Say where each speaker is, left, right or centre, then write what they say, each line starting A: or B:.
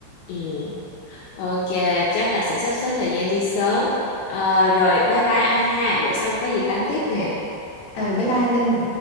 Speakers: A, on the left (about 80°); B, on the left (about 65°).
A: ừ. Ok, chắc là sẽ sắp xếp thời gian đi sớm. Ờ, rồi bye bye An ha, bữa sau có gì tám tiếp nè.
B: ờ ừ, bye bye Linh